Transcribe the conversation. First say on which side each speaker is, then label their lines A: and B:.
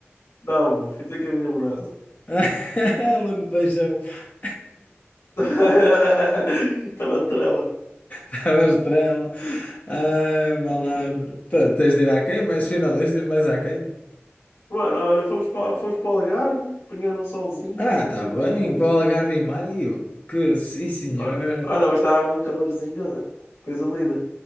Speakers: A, on the left; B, on the left.
A: Não, meu, fui ter com a minha namorada.
B: <laughs> Ela me deixou. <laughs>
A: <laughs> Estava trela,
B: Estava estrela. Ai, malandro.
A: tem que ser.
B: Portanto, tens de ir à queima, és finalista, ir mais à queima.
A: Mano, olha, fomos para, fomos para o Algarve, apanhar um solzinho,
B: Ah,
A: mano,
B: tá
A: estive
B: bem.
A: bem também.
B: Para o Algarve e Maio. Que sim, senhor.
A: Olha, olha, mas estava um calorzinho, ó, coisa linda.